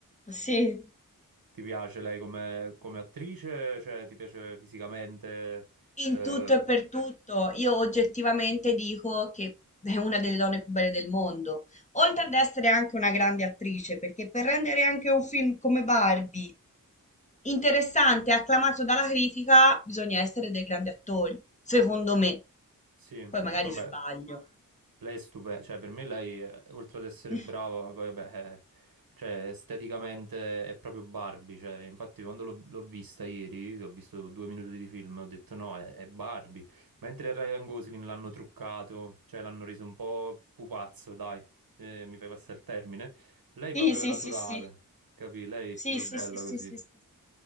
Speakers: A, on the left; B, on the right.
A: sì.
B: Ti piace lei come, come attrice? Cioè, ti piace fisicamente?
A: In
B: Eh,
A: tutto e per tutto, io oggettivamente dico che è una delle donne più belle del mondo, oltre ad essere anche una grande attrice, perché per rendere anche un film come Barbie interessante e acclamato dalla critica, bisogna essere dei grandi attori, secondo me.
B: Sì,
A: Poi magari
B: vabbè,
A: Sì. sbaglio.
B: lei è stupenda, cioè per me lei, eh, oltre ad essere
A: <laughs>
B: brava, poi vabbè, eh, cioè esteticamente è proprio Barbie, cioè infatti quando l'ho l'ho vista ieri, che ho visto due minuti di film, ho detto no, è, è Barbie, mentre Ryan Gosling l'hanno truccato, cioè l'hanno reso un po' pupazzo, dai, se mi fai passare il termine, lei
A: Sì,
B: proprio
A: sì,
B: è naturale,
A: sì, sì,
B: capì? Lei è
A: sì,
B: proprio
A: sì,
B: bella
A: sì, sì,
B: così,
A: sì, sì.